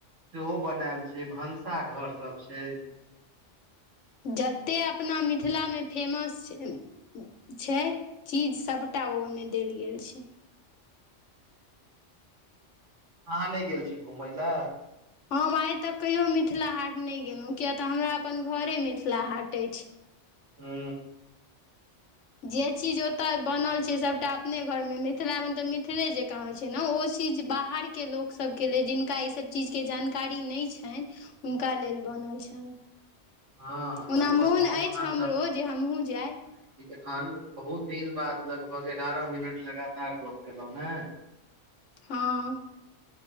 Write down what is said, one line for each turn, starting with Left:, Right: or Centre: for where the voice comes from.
Right: सेहो बनायल छै भनसा घर सभ छै
Left: जते अपना मिथिलामे फेमस छै चीज सभटा टा ओहिमे देल गेल छै
Right: अहाँ नहि गेल छी घुमय लए
Left: हम आइ तक कहियो मिथिला हाट नहि गेलहुँ किय तऽ हमरा अपन घरे मिथिला हाट अछि
Right: हू
Left: जे चीज ओतय बनल छै सभटा अपने घरमे मिथिलामे तऽ मिथिले जकाँ होइत छै ने ओ चिज बाहर के ल सब के लेल जिनका ई सब चीज के जानकारी नहि छेनि हुनका लेल ओना
Right: हँ लगभग
Left: मोन
Right: हम
Left: अछि
Right: अहाँ
Left: हमरो जे हमहुँ जाय
Right: अखन बहुत दिन बाद लगभग ग्यारह मिनट लगातार गप केलहुँ ने
Left: हँ